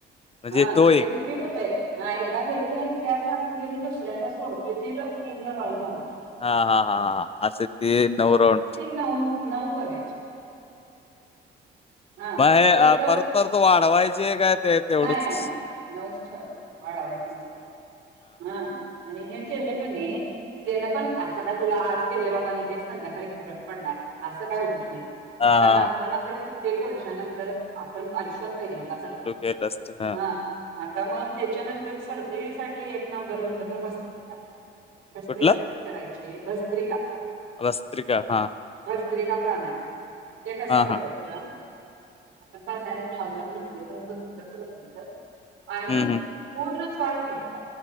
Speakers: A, on the left (about 30°); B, on the right (about 80°).
A: म्हणजे
B: हा क
A: तो एक
B: पीट होतय ह एकदा घेेत आणि त्याना पुढे मी दुसऱ्यांा सोडतेो त पूर्ण राहून झाल
A: हा हा हा हा असं ते नऊ राऊं
B: न नऊ करायची हा
A: महे
B: ते कर
A: परत परत वाढवायचे काय ते तेवढंच
B: नाही नाही नाही नवस्ते वा वाढावायचं नसते हा आणि हे केले की नाही त्यान पण अचा का तुला आज केलं बाबा न घस संध्याकाळी फरक पडलाय असं काय होत नाही
A: हा
B: कारण
A: हा
B: आपण आता कित्येक वर्षानंतर आपण आयुष्यात पहिल्यांदा करणार
A: ह
B: हा आता मग त्याच्यानंतर सर्तीसाठी एक नंबर म्हणलं तर बसतील का भस्त्रिका
A: कुठलं
B: कशी करायची भस्त्रिका
A: भस्त्रिका हा
B: वस्त्री कापड आणायचं, ते कसं
A: हा
B: करायचं.
A: हा
B: आपण पसायदान घालून मांडी घालून बसतो तसं बसायचं.
A: हम्म हम्म
B: पूर्ण श्वास घ्यायचा,